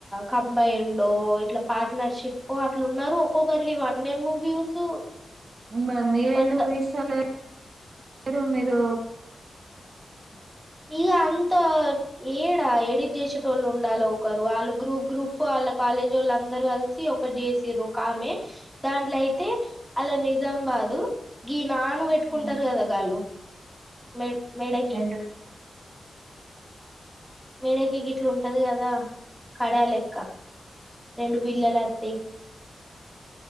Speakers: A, in the centre; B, on the right.
A: కంబైండ్ ఇట్లా పార్ట్నర్షిపు అట్లునారు ఒక్కొక్కరికి వన్ యమ్ ము వ్యూస్
B: మరి మీర్
A: కొంత
B: ఎందుక్ తీస్తలేరు మీరు మీర్ <inaudible>
A: ఇక అంత ఏడా ఎడిట్ చేసేటోళ్ళు ఉండాలే ఓక్ కరు గ్రూప్ గ్రూప్ వాళ్ళక్ కాలేజోళ్ళు అందరు కలిసి ఒకట్ జీషీరు ఒక ఆమె దాంట్లాయితే అలద్ నిజంబాదు గీ నాను బెట్టుకుంటారు
B: హ్మ్
A: కదా గాళ్ళు మేట్ మేడకి
B: ఏంటి
A: మెడకి గిట్ల ఉంటది కదా కడాలెక్క రెండు బిల్లలు అతయి